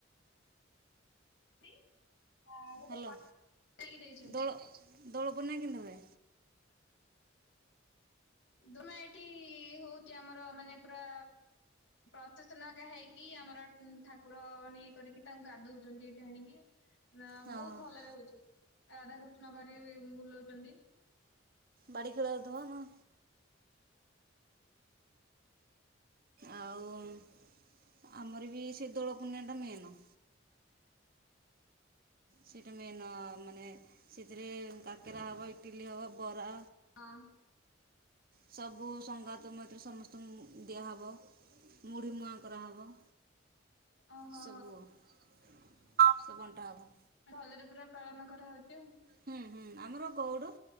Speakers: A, on the left (about 65°); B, on the right (about 50°).
A: ଗିଫ୍ଟ ଗୋଟେ
B: ହାଲୋ
A: କଣ କିଣିକି ଦେଇଛନ୍ତି।
B: ଦୋଳ ଦୋଳ ପୁନେଇଁ କେନତି ହୁଏ?
A: ତମେ ଏଠି ହଉଚି ଆମର ମାନେ ପୁରା ପ୍ରସେସନ ହରିକା ହେଇକି, ଆମର ଉଁ ଠାକୁର ମାନେ ଇଏ କରିକି ତାଙ୍କୁ ଗାଧଉଚନ୍ତି ଏଇଠି ଆଣିକି। ନା
B: ହଁ
A: ବହୁତ ଭଲରେ ହଉଚି, ରାଧାକୃଷ୍ଣ କରିକି ୟୁ ବ ଉଁ ବୁଲଉଚନ୍ତି।
B: ବାଡ଼ି ଖେଳ ହଉଥବ ନା? ଆଉ ଉମ ଆମର ବି ସେ ଦୋଳ ପୂନିଆ ଟା ମେନ। ସେଇଟା ମେନ ଅଁ ମାନେ ସେଥିରେ କାକେରା ହବ ଇଟିଲି ହବ ବରା
A: ଆଁ ଆଁ
B: ସବୁ ସଙ୍ଗାତ ମୈତ୍ର ସମସ୍ତଙ୍କୁ ଉଁ ଦିଆହବ। ମୁଢ଼ି ମୁଆଁ କରାହବ।
A: ଓହୋ
B: ସବୁ ହବ ହଁ ସବୁ ବଣ୍ଟା ହବ।
A: ଭଲେରେ ପୁରା ପାଳନ କରାହଉଚି ଆଉ।
B: ହୁଁ ହୁଁ। ଆମର ଗଉଡ।